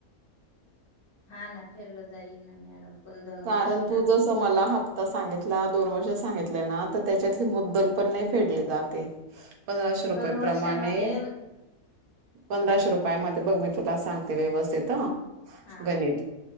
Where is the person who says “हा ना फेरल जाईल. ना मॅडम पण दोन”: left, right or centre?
Left